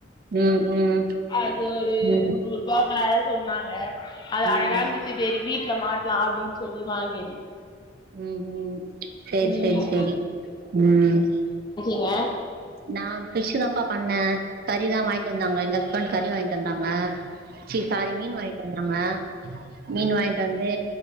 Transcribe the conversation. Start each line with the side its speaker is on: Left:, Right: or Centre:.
Right: ம் ம்
Left: அது ஒரு
Right: ம்
Left: முன்னூரூபா வெல சொன்னாங்க அது அழகா
Right: ம்
Left: இருந்துச்சு சேரி வீட் வீட்ல மாட்லா அப்டின் சொல்லி வாங்கின்
Right: ம் ம் சேரி
Left: ம்
Right: சேரி சேரி ம்
Left: வ
Right: நா ஃபிஷ்தாப்பா பண்ண கறிதா வாங்கிட்டு வந்தாங்க எங்க ஹஸ்பண்ட் கறி வாங்கிட்டு வந்தாங்க ச்சி சாரி மீனு வாங்கிட்டு வந்தா டாங்க மீன் வாங்கிட்டு வந்து